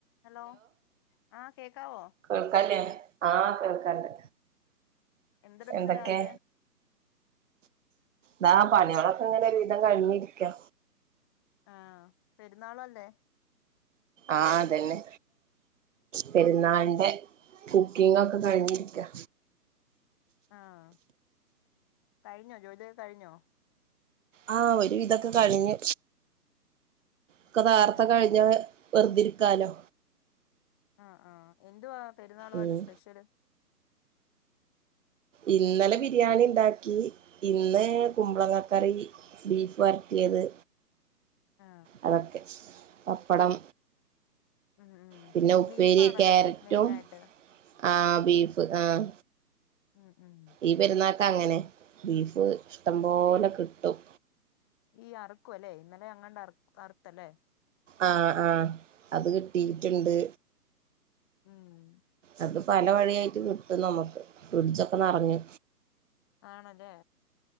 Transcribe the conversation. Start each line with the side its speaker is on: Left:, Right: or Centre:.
Left: Hello ആഹ് കേക്കാവോ?
Right: കേൾക്കാല്ലേ ആഹ് കേൾക്കണ്ട്
Left: എന്തെടുക്കുന്നു
Right: എന്തൊക്കെ?
Left: രാവിലെ
Right: ദാ പണികളൊക്കെ ഇങ്ങനെ ഒരു വിധം കഴിഞ്ഞിരിക്കാ
Left: ആ പെരുന്നാളല്ലേ?
Right: ആ അതന്നെ പെരുന്നാളിന്റെ കുക്കിങ്ങാക്കെ കഴിഞ്ഞിരിക്കാ
Left: ആഹ് കഴിഞ്ഞോ ജോലിയൊക്കെ കഴിഞ്ഞോ?
Right: ആഹ് ഒരു വിധോക്കെ കഴിഞ്ഞു ഒക്കെ നാർത്തെ
Left: ആഹ്
Right: കഴിഞ്ഞ വെറുതിരിക്കാലോ
Left: ആഹ് ആഹ് എന്തുവാ പെരുന്നാളുവായിട്ട്
Right: ഉം
Left: സ്പെഷ്യല്
Right: ഇന്നലെ ബിരിയാണി ഇണ്ടാക്കി ഇന്ന് കുമ്പളങ്ങക്കറി ബീഫ് വരട്ടിയത്
Left: ആ
Right: അതൊക്കെ പപ്പടം
Left: ഉം ഉം
Right: പിന്നെ ഉപ്പേരി
Left: ബീഫാണല്ലേ
Right: ക്യാരറ്റും
Left: മെയിനായിട്ട്
Right: ആഹ് ബീഫ് ആഹ്
Left: ഉം ഉം
Right: ഈ പെരുന്നാക്ക് അങ്ങനെ ബീഫ് ഇഷ്ടം പോലെ കിട്ടും
Left: ഈ അറ്ക്കു അല്ലേ ഇന്നലെ എങ്ങാണ്ട് അർ അറുത്തല്ലേ
Right: ആഹ് ആഹ് അത് കിട്ടിട്ട്ണ്ട്
Left: ഉം ഉം ഉം
Right: അപ്പൊ പല വഴിയായിട്ട് കിട്ടും നമക്ക് ഫ്രീഡ്ജോക്കെ നറഞ്ഞു
Left: ആണല്ലേ